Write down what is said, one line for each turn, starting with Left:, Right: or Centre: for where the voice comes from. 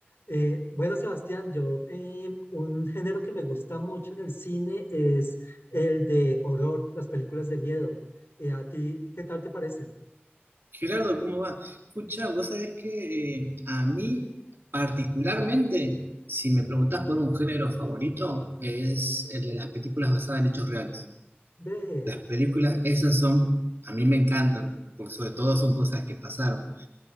Left: Eh, bueno, Sebastián, yo eh, un género que me gusta mucho en el cine es el de horror, las películas de miedo. Eh, ¿a ti qué tal te parecen?
Right: Gerardo, ¿cómo va? Escucha, vos sabés que eh, a mí particularmente, si me preguntás por un género favorito, es el de las películas basadas en hechos reales.
Left: Ve,
Right: Las películas, esas son, a mí me encantan, porque sobre todo son cosas que pasaron.